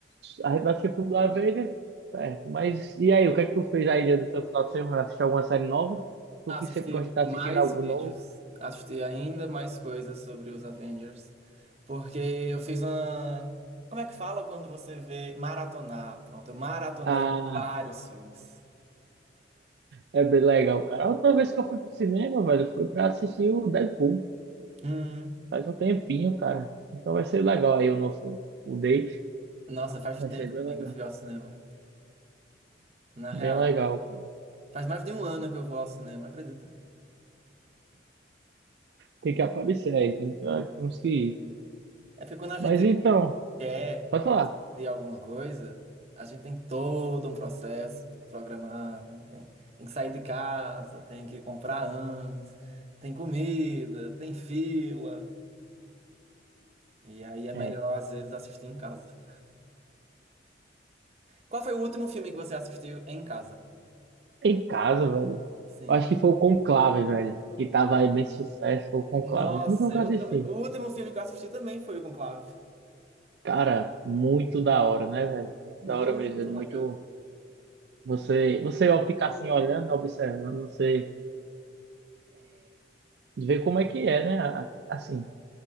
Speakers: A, on the right (about 60°); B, on the right (about 35°).
A: a gente vai assistir o filme do Avenger, certo? Mas e aí, o que é que tu fez aí no seu final de semana? Assistiu alguma série nova? Tu
B: Assisti
A: que sempre gosta de estar
B: mais
A: assistindo algo
B: vídeos,
A: novo?
B: assisti ainda mais coisas sobre os Avengers, porque eu fiz uma. Como é que fala quando você vê maratonar? Pronto, eu maratonei
A: Ah,
B: vários filmes.
A: É bem legal, cara. A última vez que eu fui pro cinema, velho, foi pra assistir o Deadpool.
B: Hum.
A: Faz um tempinho, cara. Então vai ser legal aí o nosso o date.
B: Nossa, faz
A: Vai
B: tempo
A: ser bem
B: também
A: legal.
B: que eu fui ao cinema. Na real,
A: Bem legal, cara.
B: faz mais de um ano que eu vou ao cinema, acredita?
A: Tem que aparecer aí. tem que- ah, temos que ir.
B: É porque quando a gente
A: Mas então,
B: quer
A: pode falar.
B: ter alguma coisa, a gente tem todo um processo pra programar, né? Tem, tem que sair de casa, tem que comprar antes, tem comida, tem fila. E aí é melhor,
A: É,
B: às vezes, assistir em casa. Qual foi o último filme que você assistiu em casa?
A: em casa, velho.
B: Sim.
A: Eu acho que foi o Conclave, velho. Que tava aí bem sucesso, foi o Conclave.
B: Nossa,
A: Como que eu nunca
B: eu
A: assisti?
B: também. O último filme que eu assisti também foi o Conclave.
A: Cara, muito da hora, né, velho? Muito
B: Muito
A: da hora mesmo. é Muito.
B: legal.
A: Você, você ao ficar assim olhando, observando, você. de ver como é que é, né? A- Assim,